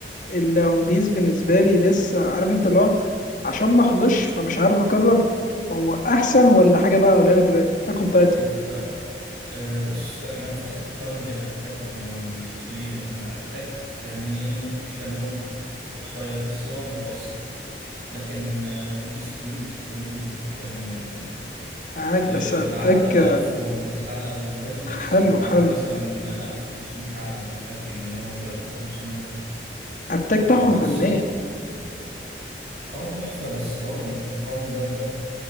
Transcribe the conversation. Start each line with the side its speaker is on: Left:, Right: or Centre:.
Left: الون بيس بالنسبه لي لسه عارف انت اللي هو عشان ما اخلصش فمش عارف اقرر هو احسن ولا حاجه بقى اقولها لك دلوقتي اتاك اون تايتن
Right: أنت أه بص ما ينفعش تقارن بين اتاك وبين ون بيس ليه لان اتاك يعني يعني مش هنقول قصير بس هو متوسط لكن ون بيس طويل طول يعني
Left: معاك
Right: أه
Left: بس اتاك
Right: عدى ال 1100 حلقة وهيخلص
Left: حلو
Right: معاك
Left: حلو
Right: مثلا 1500 حلقة انا متأكد ان هو هيجيب 1500
Left: اتاك تحفه
Right: لانه لسه
Left: فنيه
Right: اه تحفة بس برضه ما ينفعش تقارن ده بده